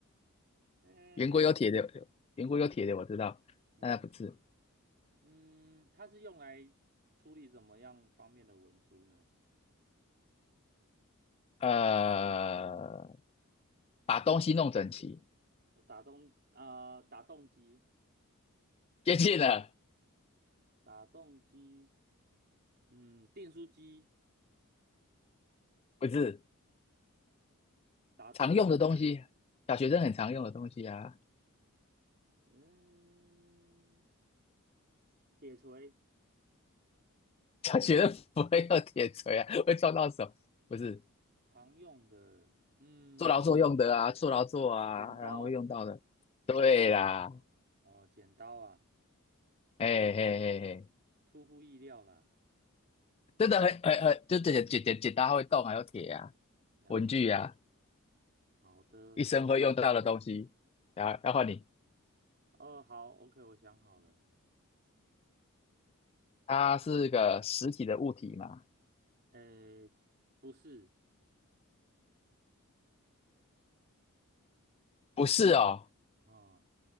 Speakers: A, on the right (about 45°); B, on the left (about 25°).
A: 嗯
B: 圆规有铁的，圆规有铁的，我知道，
A: 嗯
B: 但它不是。
A: 嗯，它是用来处理怎么样方面的文书呢？
B: 呃，把东西弄整齐，
A: 呃打洞机啊、呃打洞机，
B: 接近了，
A: 打洞机，嗯，订书机，
B: 不是
A: 打洞，
B: 常用的东西，
A: 呃
B: 小学生很常用的东西啊，
A: 嗯，铁锤，
B: <laughs> 小学生不会用铁锤啊，会撞到手，不是
A: 常用的，嗯，
B: 做劳作用的啊，做劳作啊，
A: 剪刀。
B: 然后会用到的，对啦，
A: 哦，剪刀啊，
B: 嘿嘿嘿嘿，
A: 出乎意料啦，
B: 真的很很很，就剪剪剪剪刀会动，还有铁啊，
A: 了解。
B: 文具啊，
A: 好的，
B: 一生会用到的东西，然后然后你，
A: 哦，好，OK，我想好了。
B: 它是个实体的物体嘛？
A: 诶，不是，
B: 不是哦，
A: 哦，